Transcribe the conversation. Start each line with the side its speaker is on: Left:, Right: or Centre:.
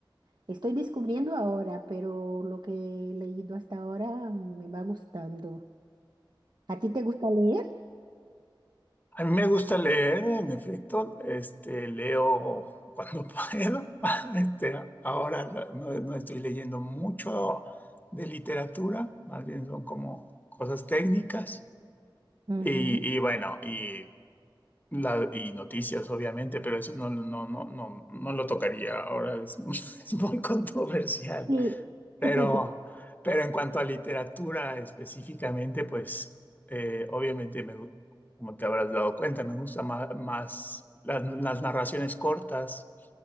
Right: estoy descubriendo ahora, pero lo que he leído hasta ahora me va gustando. ¿A ti te gusta leer?
Left: a mí me gusta leer, en efecto, este, leo cuando <laughs> puedo. Este, ahora no, no no estoy leyendo mucho de literatura, más bien son como cosas técnicas
Right: Ujú.
Left: y, y bueno, y, la, y noticias, obviamente, pero eso no, no, no, no, no no lo tocaría ahora, es, <laughs> es muy controversial.
Right: Sí.
Left: Pero,
Right: <laughs> Sí,
Left: pero en cuanto a literatura específicamente, pues eh, obviamente, me gu- como te habrás dado cuenta, me gustan ma- más, las, las narraciones cortas.